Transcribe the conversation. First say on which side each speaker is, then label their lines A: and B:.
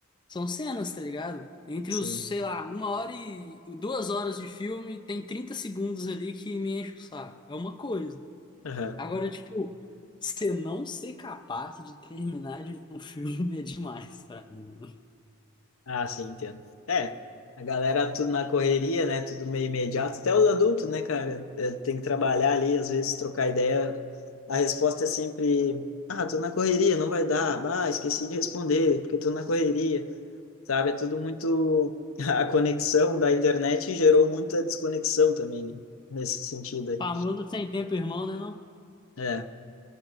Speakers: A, on the left; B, on the left.
A: são cenas, tá ligado? Entre
B: sim.
A: os, sei lá, uma hora e duas horas de filme, tem 30 segundos ali que me enche o saco. É uma coisa.
B: Aham.
A: Agora, tipo, você não ser capaz de terminar de ver um filme <laughs> é demais pra mim.
B: Ah, sim, entendo. É, a galera tudo na correria, né? Tudo meio imediato. Até os adultos, né, cara? É, Tem que trabalhar ali, às vezes trocar ideia. A resposta é sempre: ah, tô na correria, não vai dar. Ah, esqueci de responder, porque tô na correria. Sabe? É tudo muito. <laughs> A conexão da internet gerou muita desconexão também, né? Nesse sentido aí.
A: Famoso sem tempo, irmão, né? Não?
B: É, o